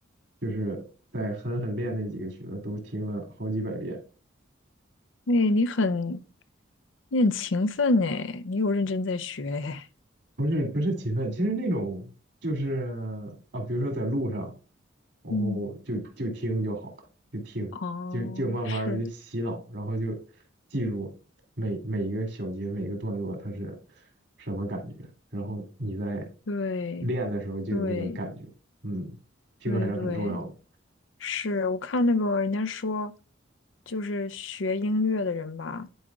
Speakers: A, on the right; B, on the left.
A: 就是在狠狠练那几个曲子都听了好几百遍。
B: 哎，你很，你很勤奋哎，你有认真在学哎，
A: 不是不是勤奋，其实那种就是啊，比如说在路上，然后就就听就好，
B: 嗯，
A: 就听就就慢慢的就洗脑，
B: 哦，是，
A: 然后就记住每每一个小节每一个段落它是什么感觉，然后你在
B: 对
A: 练的时候就有那个感觉，
B: 对
A: 嗯，听还是很重要的，
B: 对对对，是我看那个人家说，就是学音乐的人吧，